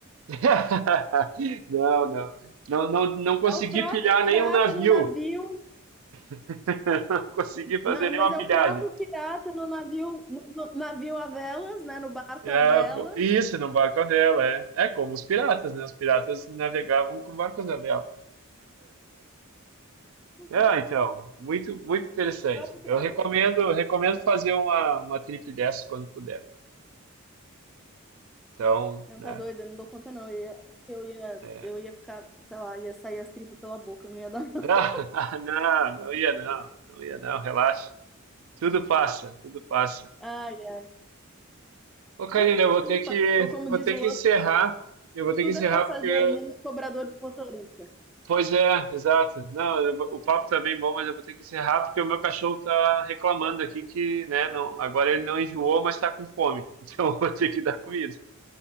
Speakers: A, on the right; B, in the centre.
A: <laughs> Não, não. Não, não, não consegui
B: É o próprio
A: pilhar
B: pirata
A: nenhum navio,
B: no navio,
A: <laughs> não consegui fazer
B: né?
A: nenhuma
B: mas é
A: pilhagem.
B: o próprio pirata no navio, no, no navio a velas, né? No barco
A: É,
B: a velas.
A: pô, isso, num barco à vela, é. É como os piratas, né? Os piratas navegavam com barcos à vela.
B: Uhum.
A: Ah, então, muito, muito interessante.
B: O próprio pirata.
A: Eu recomendo, recomendo fazer uma, uma trip dessa quando puder. Então,
B: Não,
A: né?
B: tá doido, eu não dou conta, não. Eu ia, eu ia,
A: é.
B: eu ia ficar, sei lá, ia sair as tripas pela boca, não ia dar. <laughs>
A: Ah, <laughs> não, não ia não, não ia não, relaxa. Tudo passa, tudo passa.
B: Ai, ai.
A: Ô, Karina,
B: É,
A: eu vou
B: tudo
A: ter que,
B: pa- Ou como
A: vou
B: diz
A: ter
B: o
A: que
B: outro,
A: encerrar. Eu vou ter
B: tudo
A: que encerrar
B: é passageiro,
A: porque
B: menos cobrador de motorista.
A: Pois é, exato. Não, eu vou- o papo tá bem bom, mas eu vou ter que encerrar porque o meu cachorro tá reclamando aqui que, né, não, agora ele não enjoou, mas tá com fome. <laughs> Então eu vou ter que dar comida.